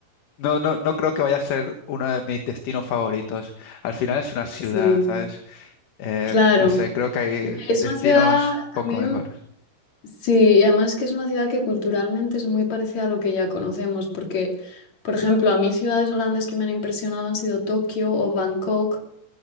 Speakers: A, on the left; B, on the left.
A: No, no, no creo que vaya a ser uno de mis destinos favoritos. Al final es una ciudad,
B: sí,
A: ¿sabes? Eh,
B: claro.
A: no sé, creo que hay
B: Ya, Es
A: destinos
B: una ciudad
A: poco
B: también
A: mejores.
B: Sí, y además que es una ciudad que culturalmente es muy parecida a lo que ya conocemos, porque, por ejemplo, a mí ciudades grandes que me han impresionado han sido Tokio o Bangkok,